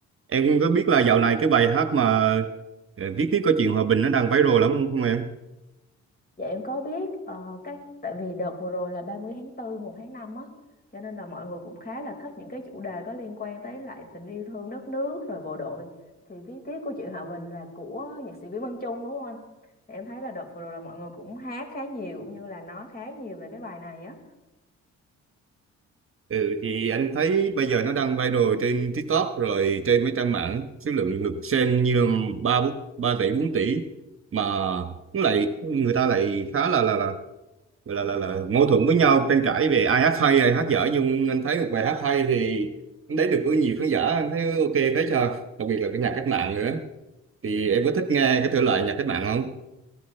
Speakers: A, on the right; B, on the left.
A: Em có biết là dạo này cái bài hát mà ờ, viết tiếp câu chuyện hòa bình nó đang viral lắm không, không em?
B: Dạ em có biết ờ, các tại vì đợt vừa rồi là 30 tháng tư một tháng 5 á cho nên là mọi người cũng khá là thích những cái chủ đề có liên quan tới lại tình yêu thương đất nước rồi bộ đội. Thì viết tiếp của chị Hòa Bình là của nhạc sĩ Nguyễn Văn Chung đúng không anh? Thì em thấy là đợt vừa rồi là mọi người cũng hát khá nhiều cũng như là nói khá nhiều về cái bài này á.
A: Ừ thì anh thấy bây giờ nó đang viral trên TikTok rồi trên mấy trang mạng số lượng lượt xem như là ba bốn- ba tỷ 4 tỷ mà nó lại người ta lại khá là là là là là, là mâu thuẫn với nhau tranh cãi về ai hát hay ai hát dở nhưng anh thấy một bài hát hay thì nó lấy được với nhiều khán giả anh thấy ok phết cho đặc biệt là cái nhạc cách mạng nữa thì em có thích nghe cái thể loại nhạc cách mạng không?